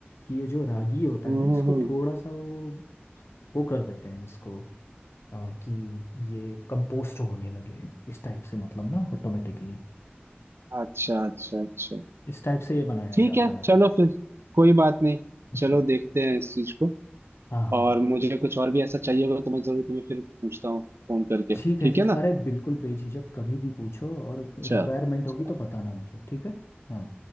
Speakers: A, on the left (about 85°); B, on the right (about 80°).
A: कि ये जो रागी होता
B: हम्म
A: है ना इसको
B: हम्म, हम्म।
A: थोड़ा सा वो वो कर देते हैं इसको आ, कि ये कंपोस्ट होने लगे इस टाइप से मतलब ना ऑटोमेटिकली
B: अच्छा अच्छा अच्छा
A: इस टाइप से ये बनाया
B: ठीक
A: जाता
B: है
A: है
B: चलो फिर कोई बात नहीं
A: <laughs>
B: चलो देखते हैं इस चीज को
A: हाँ हाँ
B: और मुझे कुछ और भी ऐसा चाहिए होगा तो मैं जरूर तुम्हें फिर पूछता हूँ फोन करके
A: ठीक
B: ठीक
A: है ठीक
B: है
A: है।
B: ना
A: अरे बिल्कुल बेझिझक कभी भी पूछो और
B: चल
A: रिक्वायरमेंट होगी
B: चल
A: तो बताना मुझे ठीक है हाँ